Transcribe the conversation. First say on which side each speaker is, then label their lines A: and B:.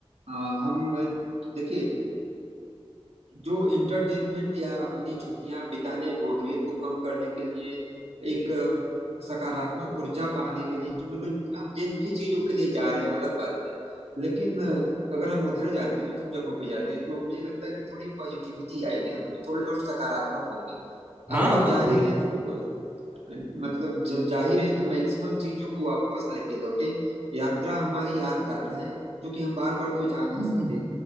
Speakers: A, on the right (about 70°); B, on the right (about 20°).
A: आ, हम देखिए जो इंटरटेनमेंट या अपनी छुट्टियां बिताने बोरियत को कम करने के लिए एक अ, सकारात्मक ऊर्जा पाने के लिए जो मतलब हम जिन भी चीजों के लिए जा रहे हैं वो अलग बात है लेकिन अ, अगर हम उधर जाते हैं उन सब जगहों पे जाते हैं तो मुझे लगता है कि थोड़ी पॉजिटिविटी आएगी हम थोड़े और सकारात्मक होंगे अगर
B: हाँ
A: हम
B: वो
A: जा
B: तो
A: ही
B: है ही।
A: रहे हैं तो मतलब जब जाहिर है तो मैक्सिमम चीजों को वापस लेके लौटे यात्रा हमारी यादगार रहे क्योंकि हम बार बार तो जा नहीं
B: हम्म,
A: सकते